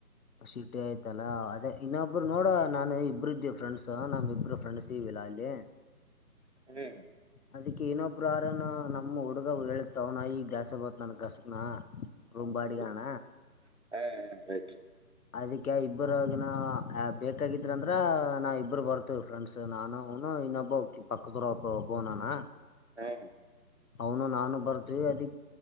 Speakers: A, on the left; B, on the right.
A: ಶಿಟ್ಟಿ ಆಯ್ತಲ್ಲಾ ಅದೇ ಇನ್ನೊಬ್ರು ನೋಡ ನಾನು ಇಬ್ಬರು ಇದ್ದೀ ಫ್ರೆಂಡ್ಸ್ ನಮಿ ಇಬ್ಬರು ಫ್ರೆಂಡ್ಸ್ ಇವಿಲ್ಲಾ ಅಲ್ಲಿ
B: ಹ್ಮ್
A: ಅದಿಕ್ ಏನೊಬ್ರು ಆರನು ನಮ್ಮ್ ಹುಡುಗ ಹೇಳತ್ವ್ನ ಈಗ್ ದ್ಯಾಸ ಬತ್ ನನ್ ಗಸಗನ ರೂಮಂಬಾಡಿಿಯಾನ
B: ಹೌದು ಹಾ <inaudible>
A: ಅದಕ್ಕೆ ಇಬ್ಬರಗನ ಬೇಕಾಗಿದ್ರ ಅಂದ್ರ ನಾ ಇಬ್ಬರು ಬರ್ತೇವ ಫ್ರೆಂಡ್ಸ್ ನಾನುನು ಇನ್ನೊಬ್ಬ ಪಕ್ಕದರ ಒಬ್ಬಬನಾನ
B: ಹ್ಮ
A: ಅವನು ನಾನು ಬರ್ತವಿ ಅದಿ